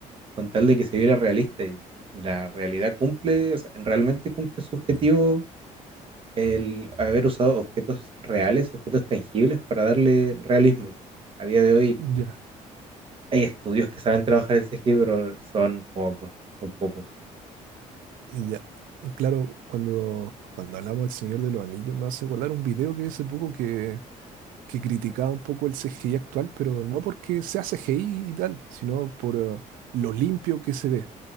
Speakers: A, on the right; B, on the right.
A: con tal de que se viera realista. Y la realidad cumple, o sea, realmente cumple su objetivo el haber usado objetos reales, objetos tangibles para darle realismo. A día de hoy
B: Ya.
A: hay estudios que saben trabajar el CGI, pero son pocos, son pocos.
B: Ya. Y Claro, cuando, cuando hablamos del Señor de los Anillos, me hace acordar un video que vi hace poco que, que criticaba un poco el CGI actual, pero no porque sea CGI y tal, sino por eh, lo limpio que se ve.